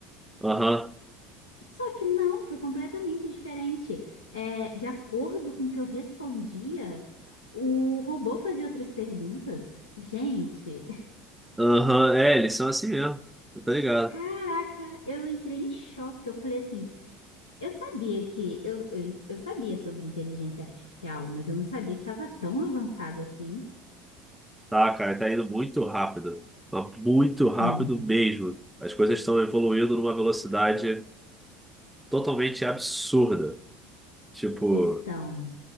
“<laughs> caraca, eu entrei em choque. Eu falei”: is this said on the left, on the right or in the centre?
Left